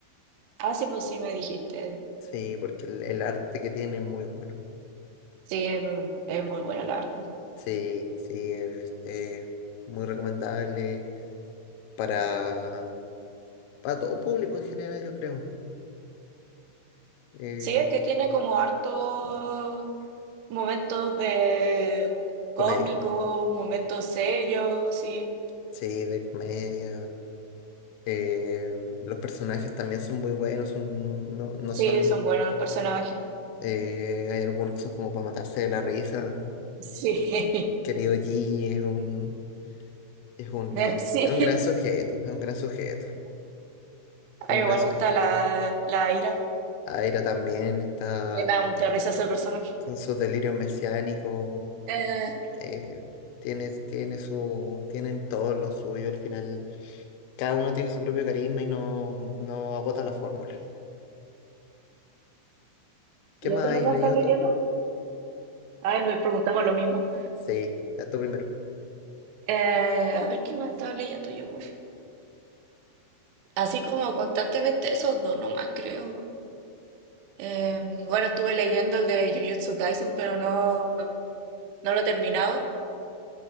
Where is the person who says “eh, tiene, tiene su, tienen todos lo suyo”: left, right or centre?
Left